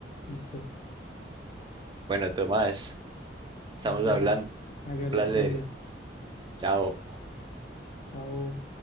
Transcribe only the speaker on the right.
Bueno, Tomás, estamos
hablando.
Un placer.
Chao.